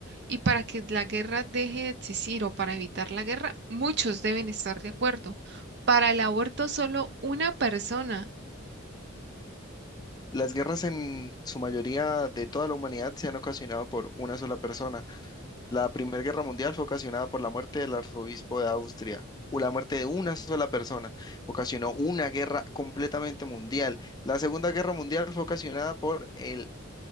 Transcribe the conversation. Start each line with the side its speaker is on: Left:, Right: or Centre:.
Right: Y para que la guerra deje de existir o para evitar la guerra, muchos deben estar de acuerdo. Para el aborto, solo una persona.
Left: Las guerras en su mayoría de toda la humanidad se han ocasionado por una sola persona. La Primera Guerra Mundial fue ocasionada por la muerte del arzobispo de Austria, o la muerte de una sola persona. Ocasionó una guerra completamente mundial. La Segunda Guerra Mundial fue ocasionada por el